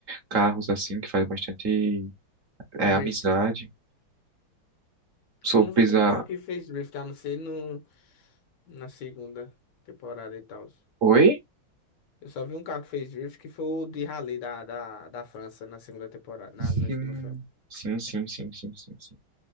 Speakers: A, on the right; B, on the left.
A: carros assim, que faz bastante é,
B: Drift.
A: amizade. Sou
B: Não
A: pisar.
B: vi um carro que fez drift, a não ser no, na segunda temporada e tal.
A: Oi?
B: Eu só vi um carro que fez drift, que foi o de Rally da, da, da França na segunda temporada, na,
A: Sim,
B: no segundo filme.
A: sim, sim, sim, sim, sim, sim.